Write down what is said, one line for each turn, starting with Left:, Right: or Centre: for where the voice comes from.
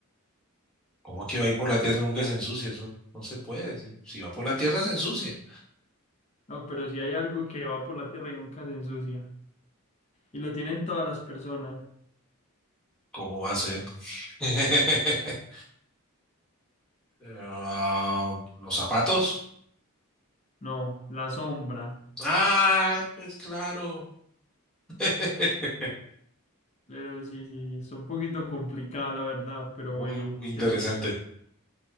Centre: ¿Cómo es que va a ir por la tierra y nunca se ensucia? Eso no se puede. Si, si va por la tierra se ensucia.
Left: No, pero si hay algo que va por la tierra y nunca se ensucia. Y lo tienen todas las personas.
Centre: ¿Cómo va a ser? <laughs> Ah, los zapatos.
Left: No, la sombra.
Centre: Ay, pues claro. <laughs>
Left: Pero sí, sí, sí, está un poquito complicada la verdad, pero
Centre: Muy
Left: bueno,
Centre: muy interesante.
Left: tienes,